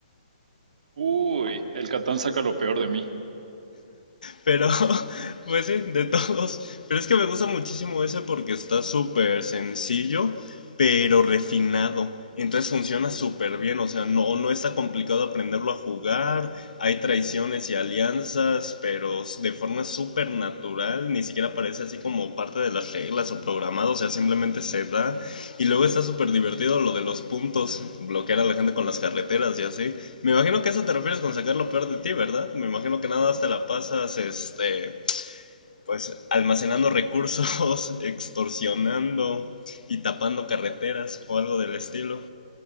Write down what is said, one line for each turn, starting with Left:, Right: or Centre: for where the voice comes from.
Right: Uy, el Catán saca lo peor de mí.
Left: Pero, <laughs> pues sí, de todos. Pero es que me gusta muchísimo ese porque está súper sencillo, pero refinado. Entonces funciona súper bien, o sea, no, no está complicado aprenderlo a jugar, hay traiciones y alianzas, pero de forma súper natural, ni siquiera parece así como parte de las reglas o programado, o sea, simplemente se da y luego está súper divertido lo de los puntos, bloquear a la gente con las carreteras y así. Me imagino que eso te refieres con sacar lo peor de ti, ¿verdad? Me imagino que nada más te la pasas, este, pues almacenando recursos, <laughs> extorsionando y tapando carreteras o algo del estilo.